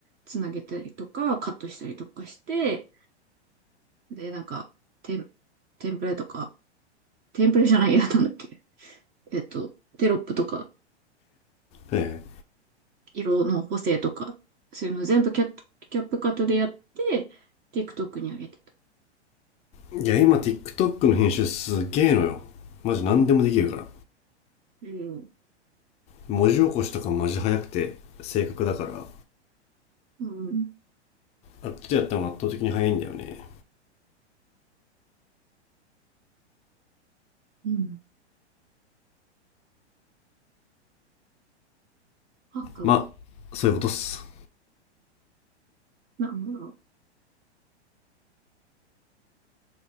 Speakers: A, on the right; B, on the left.
A: つなげたりとか、カットしたりとかして、で、なんか、テン、テンプレとか、テンプレじゃないや、なんだっけ。えっと、テロップとか、
B: はいはい
A: 色の補正とか、そういうの全部キャット、キャップカットでやって、TikTok に上げてた。
B: いや今 TikTok の編集すげえのよマジ何でもできるから
A: うん。
B: 文字起こしとかマジ早くて正確だから
A: うん。
B: あっちでやったのが圧倒的に早いんだよね
A: うん赤
B: まあそういうことっす
A: なんだろ